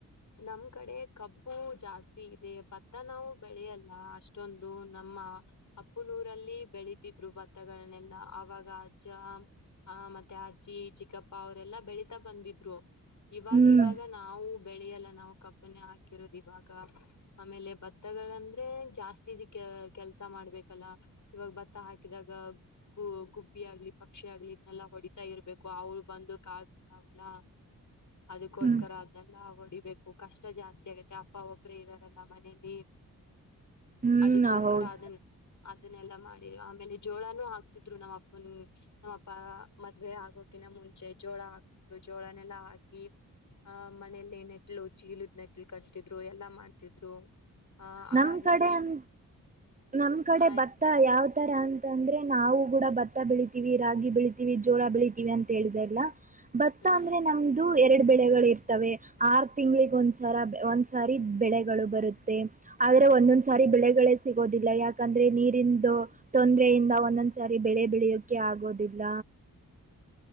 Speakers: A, on the left; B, on the right.
A: ನಮ್ ಕಡೆ ಕಬ್ಬು ಜಾಸ್ತಿ ಇದೆ ಭತ್ತ ನಾವು ಬೆಳ್ಯಲ್ಲ ಅಷ್ಟೊಂದು ನಮ್ಮ ಅಪುನೂರಲ್ಲಿ ಬೆಳಿತಿದ್ರು ಭತ್ತಗಳನ್ನೆಲ್ಲ ಅವಾಗ ಅಜ್ಜ ಆ ಮತ್ತೆ ಅಜ್ಜಿ ಚಿಕ್ಕಪ್ಪ ಅವ್ರೆಲ್ಲಾ ಬೆಳೀತಾ ಬಂದಿದ್ರು. ಇವಾಗ್
B: ಹ್ಮ್
A: ಇವಾಗ ನಾವು ಬೆಳ್ಯಲ್ಲ ನಾವು ಕಬ್ಬನ ಹಾಕಿರೋದು ಇವಾಗ ಆಮೇಲೆ ಭತ್ತಗಳಂದ್ರೆ ಜಾಸ್ತಿ ಕೆಲ್ಸ ಮಾಡ್ಬೇಕಲ್ಲ ಇವಾಗ ಭತ್ತ ಹಾಕಿದಾಗ ಗು ಗುಬ್ಬಿ ಆಗ್ಲಿ ಪಕ್ಷಿ ಆಗ್ಲಿ ಇದನ್ನಲ್ಲಾ ಹೊಡಿತಾ ಇರ್ಬೇಕು ಅವಳ ಬಂದು ಕಾಳ ತಿಂತಾವಲ್ಲ ಅದಕ್ಕೋಸ್ಕರ
B: ಹ್ಮ್
A: ಅದ್ನೇ ಎಲ್ಲಾ ಹೊಡಿಬೇಕು ಕಷ್ಟ ಜಾಸ್ತಿ ಆಗತ್ತೆ ಅಪ್ಪ ಒಬ್ರೆ ಇದ್ದಾರಲ್ಲ ಮನೆಲಿ.
B: ಹ್ಮ್
A: ಅದಿಕ್ಕೋಸ್ಕರ
B: ಹೌದು
A: ಅದನ್ ಅದನ್ನೆಲ್ಲ ಮಾಡಿ ಆಮೇಲೆ ಜೋಳನೂ ಹಾಕ್ತಿದ್ರು ನಮ್ಮ್ ಅಪ್ಪನ್ ನಮ್ಮಪ್ಪಾ ಮದ್ವೆ ಆಗೋಕಿನ ಮುಂಚೆ ಜೋಳ ಹಾಕ್ತಿದ್ರು ಜೋಳನೆಲ್ಲಾ ಹಾಕಿ ಆಹ ಮನೇಲಿ ನೆಟ್ಲು ಚೀಲುದ್ ನೆಟ್ಲು ಕಟ್ತಿದ್ರು ಎಲ್ಲಾ ಮಾಡ್ತಿದ್ರು. ಆ ಅದಾದ್ಮೇಲೆ
B: ನಮ್ ಕಡೆ ಅಂ ನಮ್ ಕಡೆ
A: ಆಯ್
B: ಭತ್ತ ಯಾವ್ ತರ ಅಂತಂದ್ರೆ ನಾವು ಗುಡ ಬತ್ ತ ಬೆಳಿತೀವಿ ರಾಗಿ ಬೆಳಿತೀವಿ ಜೋಳ ಬೆಳಿತೀವಿ ಅಂತ ಹೇಳಿದೆ ಅಲ್ಲ. ಭತ್ತ
A: ಹ್ಮ್
B: ಅಂದ್ರೆ ನಮ್ದು ಎರಡ್ ಬೆಳೆಗಳ್ ಇರ್ ತ್ತವೆ ಆರ್ ತಿಂಗ್ಳಿಗ್ ಒಂದ್ಸರ ಒಂದ್ಸಾರಿ ಬೆಳೆಗಳು ಬರುತ್ತೆ. ಆದ್ರೆ ಒಂದೊಂದ್ಸಾರಿ ಬೆಳೆಗಳೇ ಸಿಗೋದಿಲ್ಲ ಯಾಕಂದ್ರೆ ನೀರಿಂದು ತೊಂದ್ರೆಯಿಂದ ಒಂದೊಂದ್ಸಾರಿ ಬೆಳೆ ಬೆಳೆಯೋಕೆ ಆಗೋದಿಲ್ಲ.